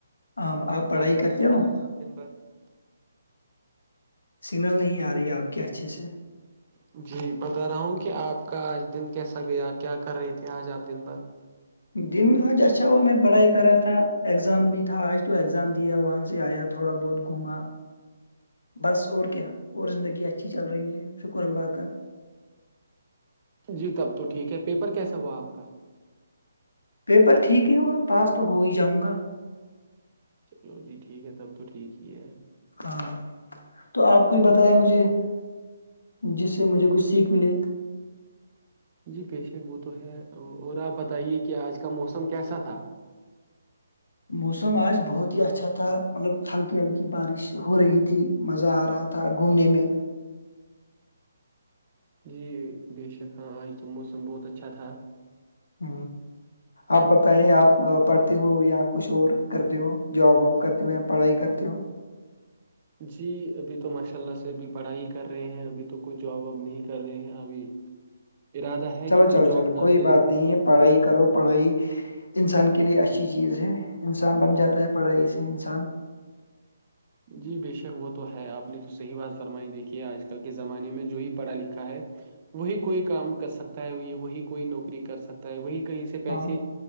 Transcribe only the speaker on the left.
آ، آپ پڑھائی
کرتے ہو
سگنل نہیں آ رہی ہے آپ کے اچھے سے
دن آج اچھا ہوا میں پڑھائی کر رہا تھا ایگزام بھی تھا آج تو ایگزام دیا وہاں سے آیا تھا تھوڑا بہت گھوما
بس اور کیا اور زندگی اچھی چل رہی ہے شکر اللہ کا
پیپر ٹھیک ہی ہوگا پاس تو ہو ہی جاؤں گا
ہاں تو آپ کچھ بتیا مجھے <unintelligible> جس سے مجھے کچھ سیکھ ملے
موسم آج بہت ہی اچھا تھا مطلب ہلکی ہلکی بارش ہو رہی تھی مزہ آ رہا تھا گھومنے میں
ہ آپ بتائیں آپ پڑھتے ہو یا کچھ اور کرتے ہو جاب واب کرتی ہوئے یا پڑھائی کرتے ہو <unintelligible>
چلو چلو
چلو
کوئی
بات نہیں ہے پڑھائی کرو پڑھائی انسان کے لیے اچھی چیز ہے انسان بن جاتا ہے پڑھائی سے انسان
ہاں